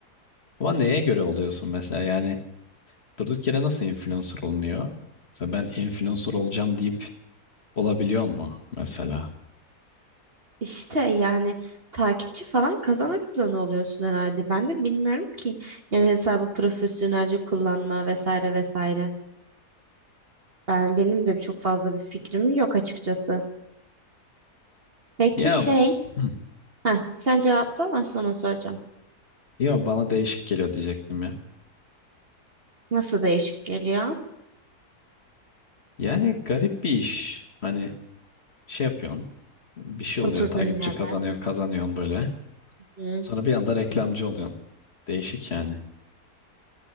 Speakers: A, on the left; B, on the right.
A: Ama neye göre oluyorsun mesela? Yani durduk yere nasıl influencer olunuyor? Mesela ben influencer olacağım deyip olabiliyor mu mesela?
B: İşte yani takipçi falan kazana kazana oluyorsun herhalde. Ben de bilmiyorum ki yani hesabı profesyonelce kullanma vesaire vesaire. Ben benim de çok fazla bir fikrim yok açıkçası. Peki
A: Ya
B: şey,
A: Hı.
B: ha sen cevapla ben sonra soracağım.
A: Yo bana değişik geliyor diyecektim ya.
B: Nasıl değişik geliyor
A: Yani garip bir iş. Hani şey yapıyorsun. Bir şey
B: oturduğun
A: oluyor. Takipçi
B: yerden?
A: kazanıyorsun kazanıyorsun böyle.
B: Hı.
A: Sonra bir anda reklamcı oluyorsun. Değişik yani.